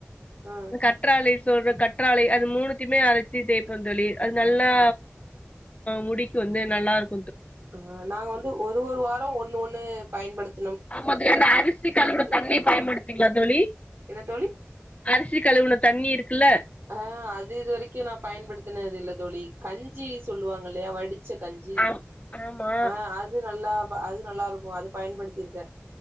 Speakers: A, on the right (about 75°); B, on the left (about 30°).
A: ஆ
B: கற்றாலை சொல்ற கற் றாலை அது மூணத்துமே அரைச்சி தேய் தோழி அது நல்லா
A: ஆ
B: முடிக்கு வந்து நல்லாருக்கும்
A: ஆஹ் நாங்க வந்து ஒரு ஒரு வாரம் ஒண்ணு ஒண்ணு பயன்படுத்
B: ஆ ம அரிசி கலுன தண்ணி
A: தணியு
B: பாயன்படுதுவீங்கிலா தோழி
A: என்ன தோழி
B: அரிசி கழுவுன தண்ணி இருக்கு <unintelligible>
A: அஹ் அது இது வரைக்கும் நான் பயன்படுத்தினது இல்ல தோழி கஞ்சி சொல்லுவாங்க இல்லையா வடிச் ச்ச கஞ்சி
B: ஆம் ஆமா
A: ஆஹ் அது நல்லா அது நல்லா இருக்கும் அது பயன்படுத்திருக்கன்